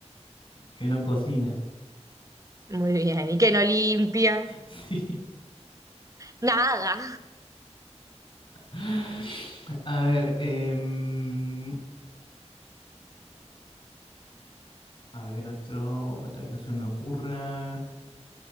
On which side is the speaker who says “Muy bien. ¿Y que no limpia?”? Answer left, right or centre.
Right